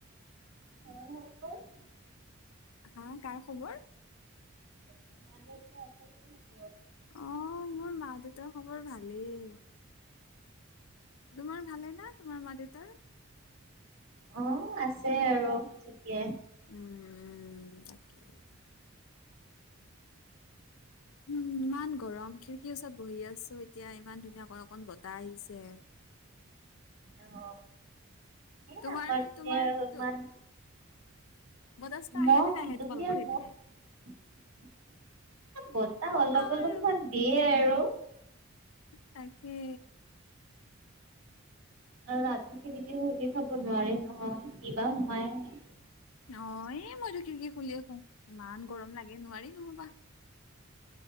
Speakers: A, on the right; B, on the left.
A: <inaudible>
B: হা কাৰ খবৰ।
A: <inaudible>
B: অ', মোৰ মা দেউতাৰ খবৰ ভালেই। তোমাৰ ভালে না, তোমাৰ মা দেউতাৰ।
A: অ', আছে আৰু ঠিকে।
B: উম উ তাকেই
A: <unintelligible>
B: উম, ইমান গৰম খিৰিকীৰ ওচৰত বহি আছো এতিয়া ইমান ধুনীয়া অকন অকন বতাহ আহিছে
A: অ এ
B: তোমাৰ
A: আমাৰ পিনে
B: তোমাৰ
A: আৰু ইমান
B: তো- বতাহ চতাহ
A: মহ
B: আহে নে নাহে
A: দুনীয়াৰ
B: তোমালোকৰ সেইপিনে?
A: মহ বতাহ অলপ
B: আমাৰ
A: অলপমান দিয়ে আৰু
B: তাকে
A: আৰু ৰাতি খিৰিকী খুলি থব নোৱাৰি ন কিবা সোমাই আহে
B: অ এ মইতো খিৰিকী খুলিয়ে শুও ইমান গৰম লাগে নোৱাৰি নহবা